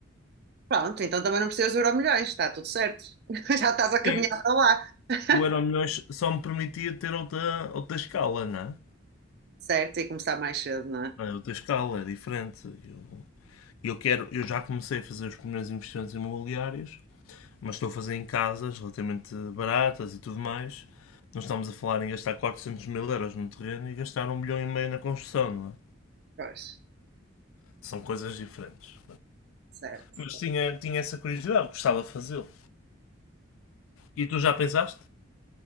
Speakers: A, on the right; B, on the left.
A: Pronto, então também não precisas de Euromilhões, está tudo certo. <laughs> Já estás a caminhar
B: Sim,
A: para lá. <laughs>
B: o Euro Milhões só me permitia ter outra, outra escala, não é?
A: Certo, e começar mais cedo, não é?
B: é outra escala, é diferente. Eu, eu, quero, eu já comecei a fazer os primeiros investimentos imobiliários, mas estou a fazer em casas relativamente baratas e tudo mais. Não estamos a falar em gastar 400 mil euros no terreno e gastar um milhão e meio na construção, não é?
A: Pois,
B: São coisas diferentes.
A: certo.
B: Mas tinha, tinha essa curiosidade, gostava de fazê-lo. E tu já pensaste?